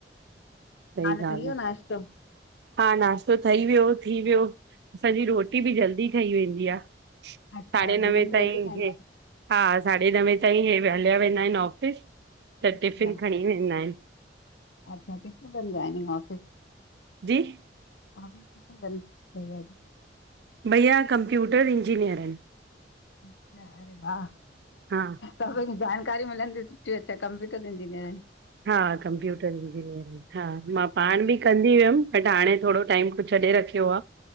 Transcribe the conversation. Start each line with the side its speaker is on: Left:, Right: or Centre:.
Right: सही
Left: हाल
Right: ॻाल्हि
Left: ठइ वियो
Right: आहे
Left: नाश्तो।
Right: हा नाास्तो ठइ वियो, थी वियो, असांजी रोटी बि जल्दी ठई वेंदी आ।
Left: अच्छा
Right: साढे
Left: मंझंदि
Right: नवे ताईं
Left: जो जल्दी खाईंदा
Right: हे
Left: आहिनि
Right: हा साढे नवे ताईं हे हलिया वेंदा आहिन ऑफ़िस त
Left: अच्छा
Right: टिफ़िन खणी वेंदा आहिन।
Left: अच्छा, किथे कंदा इन ऑफिस?
Right: जी,
Left: <unintelligible>
Right: भैया कंप्यूटर इंजीनियर आहिन।
Left: अच्छा, अरे वाह!
Right: हा
Left: सभई जानकारी मिलंदी सुठी अचा कंप्यूटरं इंजीनियर इन।
Right: हा कंप्यूटर इंजीनियरिंग हा मां पाण
Left: बढ़िया
Right: बि कंद थी वियम, बट हाणे थोडो टाइम खों छॾे रखयो आ,